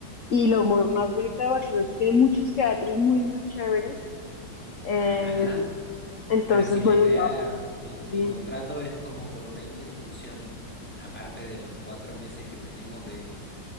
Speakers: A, on the left; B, in the centre.
A: Y lo mo- más bonito de Barcelona es que tiene muchos teatros muy, muy chéveres. Eh,
B: Ajá.
A: entonces,
B: Bueno, sí,
A: bueno,
B: la idea,
A: la vas a
B: el,
A: pasar
B: el
A: bien.
B: contrato es como por 20 funciones. Aparte de los cuatro meses que tenemos de,